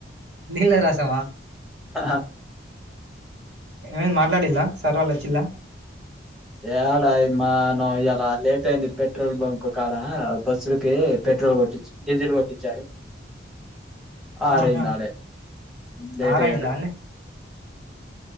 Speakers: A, on the right; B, in the centre.
A: నీళ్ల రసమా
B: ఆ
A: ఏ మాట్లాడిల్లా సర్ వాళ్ళు వచ్చిలా
B: యాడా ఇ మానవ ఇలా లేట్ అయింది పెట్రోల్ బంక్ కాడా బస్సులకి పెట్ పెట్రోల్ కొట్టొచ్చి డిజెల్ కొట్టిచ్చి ఆరైంది
A: ఆహా
B: ఆడే లేేట్
A: ఆర్
B: అయ్యారు
A: అయిందా అన్నే